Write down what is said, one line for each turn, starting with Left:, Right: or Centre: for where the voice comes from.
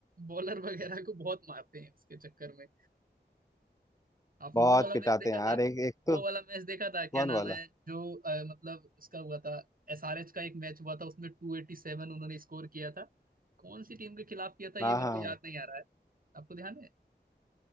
Right: बॉलर वगैरह को बहुत मारते हैं उसके चक्कर में आपने
Left: बहुत
Right: वो वाला
Left: पिटाते
Right: मैच देखा
Left: हैं यार
Right: था
Left: एक एक तो
Right: वो वाला मैच देखा
Left: कौन
Right: था क्या नाम
Left: वाला
Right: है जो अ, मतलब उसका हुआ था एसआरएच का एक मैच हुआ था उसमें टू एटी सेवन उन्होंने स्कोर किया था कौन सी टीम के खिलाफ किया था ये
Left: हाँ
Right: मेरे
Left: हाँ
Right: को
Left: हाँ
Right: याद नहीं आ रहा है आपको ध्यान है